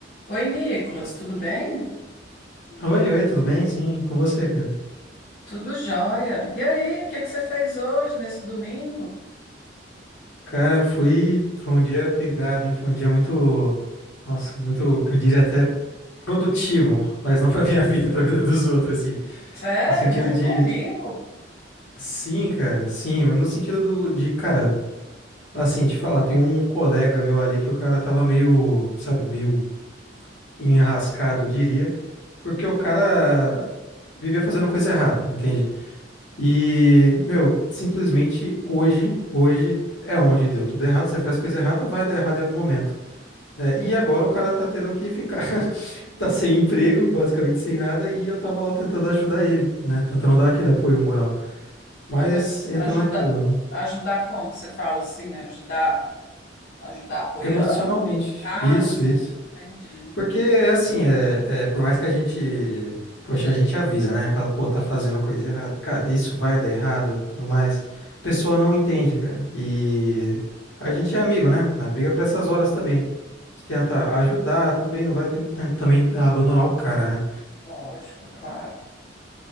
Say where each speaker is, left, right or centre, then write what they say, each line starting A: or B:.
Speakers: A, on the left; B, on the left.
A: Oi, Nicolas, tudo bem?
B: Oi, oi, tudo bem? Sim, com você, cara.
A: Tudo jóia. E aí, o que é que você fez hoje, nesse domingo?
B: Cara, fui, foi um dia pegado, hein? Foi um dia muito, nossa, muito, eu diria até produtivo, <laughs> mas não pra minha vida, pra vida dos outros, assim.
A: Sério,
B: No sentido
A: num
B: de,
A: domingo?
B: sim, cara, sim, mas no sentido do, de, cara, assim, te falar, tem um colega meu ali que o cara tava meio, sabe, meio enrascado, eu diria, porque o cara vivia fazendo coisa errada, entende? E, meu, simplesmente hoje, hoje é onde deu tudo errado. Você faz coisa errada, vai dar errado em algum momento. né?
A: Uhum.
B: E agora o cara tá tendo que ficar, <laughs> tá sem emprego, basicamente sem nada, e eu tava lá tentando ajudar ele, né? Tentando dar aquele apoio moral. Mas
A: Ah, mas
B: entra
A: ajudar,
B: naquilo,
A: ajudar como? Você fala assim, ajudar, ajudar apoiando?
B: emocionalmente.
A: Ah,
B: Isso,
A: sim,
B: isso.
A: entendi,
B: Porque,
A: entendi.
B: assim, é, é, por mais que a gente, poxa, a gente avisa, né? Fala, pô, tá fazendo coisa errada. Cara, isso vai dar errado, tudo mais. A pessoa não entende, cara. E a gente é amigo, né? Amigo é pra essas horas também. A gente tenta ajudar também, não vai tentar também abandonar o cara, né?
A: Lógico, claro.